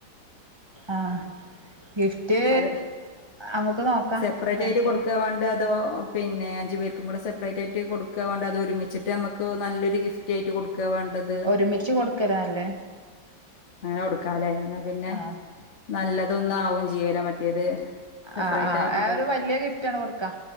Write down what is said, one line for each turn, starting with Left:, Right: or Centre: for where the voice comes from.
Right: ആഹ് ഗിഫ്റ്റ്
Left: അത്
Right: അനമുക്ക് നോക്കാം
Left: സെപ്പറേറ്റ്
Right: പ്ലാൻ
Left: ആയിട്ട
Right: ചെയ്യാം
Left: കൊടുക്കാ വ അതോ പിന്നെ അഞ്ചു പേർക്കും കൂടെ സെപ്പറേറ്റ് ആയിട്ട് കൊടുക്കുക വേണ്ട് അതൊ ഒരുമിച്ചിട്ട് നമുക്ക് നല്ലൊരു ഗിഫ് റ്റ്ആയിട്ട് കൊടുക്കുക വാണ്ടത്
Right: ഒരുമിച്ച് കൊടുക്കരാന്നല്ലേ
Left: അങ്ങനെ കൊടുക്കാലേ എന്നാ പിന്നെ
Right: ആ
Left: നല്ലതൊന്നും ആവും ചെയ്യൂലെ മറ്റേത് സെപ്പറേറ്റ്
Right: ആഹ് ആഹ്
Left: ആവുമ്പോ
Right: ആഹ് ഒരു വലിയ ഗിഫ്റ്റ് ആണ് കൊടുക്കുക.